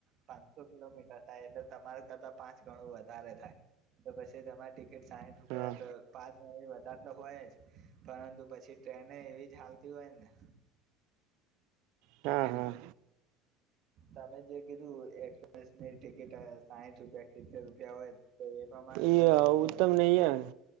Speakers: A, on the right; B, on the right.
A: પાંચસો કિલોમીટર થાય એટલે તમાર કરતા પાંચ ગણું વધારે થાય તો પછી તમારી ટિકિટ સાઠ રૂપિયા
B: હા
A: તો પાંચ વધારે તો હોય જ પરંતુ પછી ટ્રેન એવી જ ચાલતી હોય ને.
B: હા હા.
A: તમે જે કીધું એપ્રેસની ટિકિટ સાહીઠ રૂપિયા સિત્તેર રૂપિયા હોય તો એ પ્રમાણે
B: એ
A: તો વધારે
B: ઉત્તમ નહી
A: જ થાય.
B: હ